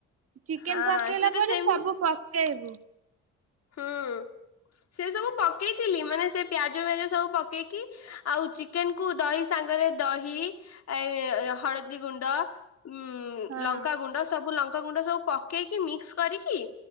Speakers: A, on the right (about 50°); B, on the left (about 55°).
A: ଚିକେନ
B: ହଁ
A: ପକେଇଲା
B: ସେଟା
A: ପରେ
B: ସେମିତି
A: ସବୁ ପକେଇବୁ।
B: ହୁଁ ସେ ସବୁ ପକେଇଥିଲି ମାନେ ସେ ପିଆଜ ଫିଜ ସବୁ ପକେଇକି ଆଉ ଚିକେନ କୁ ଦହି ସାଙ୍ଗରେ ଦହି ଏ ହଳଦୀ ଗୁଣ୍ଡ ହୁଁ
A: ହଁ
B: ଲଙ୍କା ଗୁଣ୍ଡ ସ ସବୁ ଲଙ୍କାଗୁଣ୍ଡ ସବୁ ପକେଇକି ମିକ୍ସ କରିକି